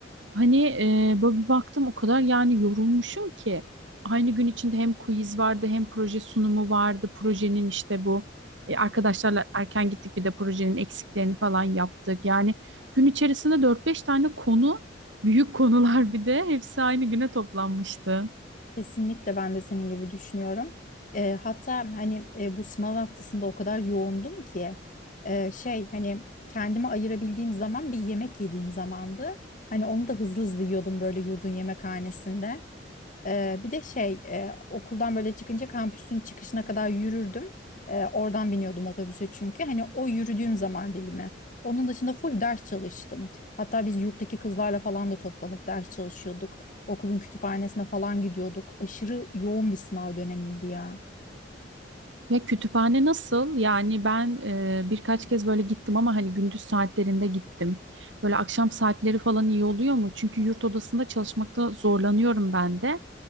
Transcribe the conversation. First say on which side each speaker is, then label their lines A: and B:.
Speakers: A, on the right; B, on the left.
A: Hani e, böyle bir baktım o kadar yani yorulmuşum ki. Aynı gün içinde hem quiz vardı hem proje sunumu vardı. Projenin işte bu e, arkadaşlarla erken gittik bir de projenin eksiklerini falan yaptık. Yani gün içerisinde dört beş tane konu Büyük konular
B: Hmm.
A: bir de hepsi aynı güne toplanmıştı.
B: Kesinlikle ben de senin gibi düşünüyorum. Eee, hatta hani e, bu sınav haftasında o kadar yoğundum ki e, şey hani kendime ayırabildiğim zaman bir yemek yediğim zamandı. Hani onu da hızlı hızlı yiyordum böyle yurdun yemekhanesinde. Ee, bir de şey e, okuldan böyle çıkınca kampüsün çıkışına kadar yürürdüm. Ee, oradan biniyordum otobüse çünkü. Hani o yürüdüğüm zaman dilimi. Onun dışında full ders çalıştım. Hatta biz yurttaki kızlarla falan da toplanıp ders çalışıyorduk. Okulun kütüphanesine falan gidiyorduk. Aşırı yoğun bir sınav dönemiydi ya.
A: Ya kütüphane nasıl? Yani ben e, birkaç kez böyle gittim ama hani gündüz saatlerinde gittim. Böyle akşam saatleri falan iyi oluyor mu? Çünkü yurt odasında çalışmakta zorlanıyorum ben de.